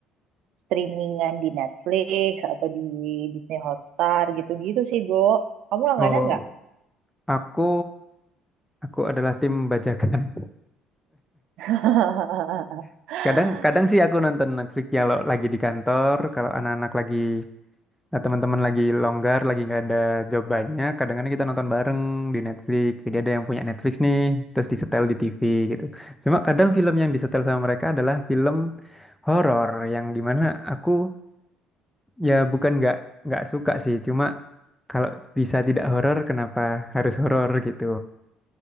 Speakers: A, on the right; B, in the centre.
A: streamingan di Netflix atau di Disney Hotstar gitu-gitu sih Go. Kamu langganan
B: Oh,
A: nggak?
B: aku aku adalah tim bajakan.
A: <laughs>
B: <laughs> Kadang kadang sih aku nonton Netflix ya kalau lagi di kantor, kalau anak-anak lagi Nah, teman-teman lagi longgar, lagi nggak ada job banyak, kadang-kadang kita nonton bareng di Netflix. Jadi ada yang punya Netflix nih, terus disetel di TV gitu. Cuma kadang film yang disetel sama mereka adalah film horor yang dimana aku ya bukan nggak nggak suka sih, cuma kalau bisa tidak horor, kenapa harus horor gitu?